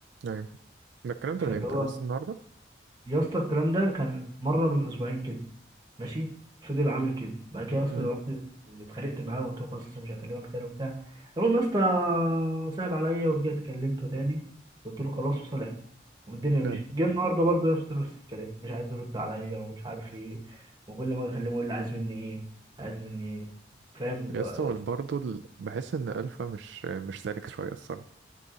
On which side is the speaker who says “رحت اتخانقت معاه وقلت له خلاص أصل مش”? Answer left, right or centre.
Right